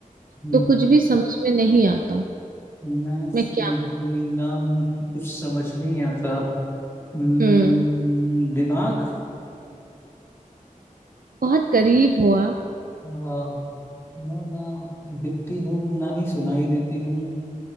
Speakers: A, on the left; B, on the right.
A: हम्म,
B: तो कुछ भी समझ में नहीं आता
A: मैं फिर
B: मैं क्या
A: भी ना हूँ तो कुछ समझ नहीं आता हम्म,
B: हम्म
A: दिमाग
B: बहुत करीब हो आप
A: आ, मैं ना दिखती हूँ ना ही सुनाई देती हूँ